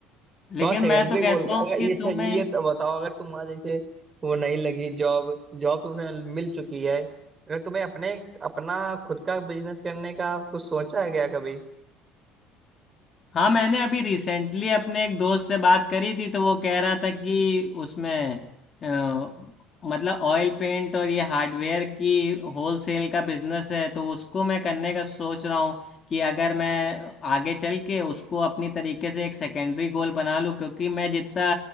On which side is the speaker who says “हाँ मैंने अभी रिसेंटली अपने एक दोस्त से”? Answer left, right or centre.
Left